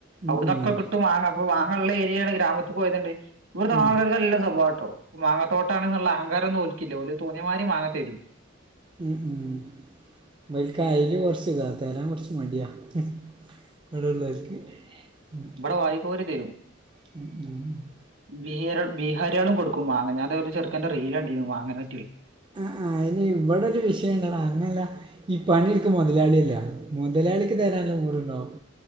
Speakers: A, on the right; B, on the right.
A: ഉം,
B: അവിടന്നൊക്കെ
A: ഉം.
B: കിട്ടും മാങ്ങ അപ്പൊ മാങ്ങൊള്ള ഏരിയാണ് ഗ്രാമത്തുപോയതൊണ്ട് ഇവിടത്തെ
A: ആ
B: ആൾക്കാർക്ക് നല്ല സ്വഭാവട്ടോ മാങ്ങത്തോട്ടാണെന്നുള്ള അഹങ്കാരൊന്നും ഓൽക്കില്ല ഓല് തോന്നിയമാരി മാങ്ങതരും
A: ഉം ഇവൽക്കയില് കൊറച്ചിതാ തരാൻ കൊറച്ച് മട്യാ ഹും ഇവിടെയൊള്ളോർക്ക് ഉം
B: വ്ടെ വാരിക്കോരിതരും
A: <inaudible>
B: ബീറർ ബീഹാരികളും കൊടുക്കും മാങ്ങ ഞാൻ ദേ ഒരു ചെറുക്കന്റെ റീലുകണ്ടീരുന്നു മാങ്ങേനെപറ്റിയൊള്ളേ
A: ആ ആ അയ്‌ന് ഇവടെ ഒരു വിഷയൊണ്ടെടാ അങ്ങനെയല്ലാ ഈ പണിയെടുക്ക മൊതലാളിയല്ല മൊതലാളിക്ക് തരാനുള്ള മൂടുണ്ടോ